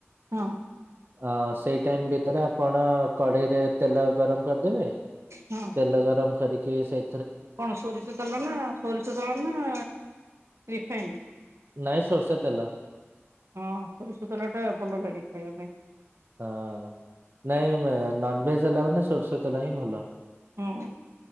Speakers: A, on the right (about 75°); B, on the right (about 50°).
A: ହଁ।
B: ହଁ ସେଇ ଟାଇମ୍ ଭିତରେ ଆପଣ କଡ଼େଇରେ ତେଲ ଗରମ୍ କରିଦେବେ
A: ହଁ
B: ତେଲ ଗରମ୍ କରିକି ସେ
A: କଣ ସୋରିଷ ତେଲ ନା ସୋରିଷ ତେଲ ନା ରିଫାଇନ୍।
B: ନାଇଁ ସୋରଷ ତେଲ।
A: ହଁ ସୋରିଷ ତେଲ ଟା ଭଲ ଲାଗେ ଖାଇବା ପାଇଁ।
B: ହଁ ନାଇଁ ନନଭେଜ୍ ହେଲା ମାନେ ସୋରିଷ ତେଲ ହିଁ ଭଲ।
A: ହୁଁ।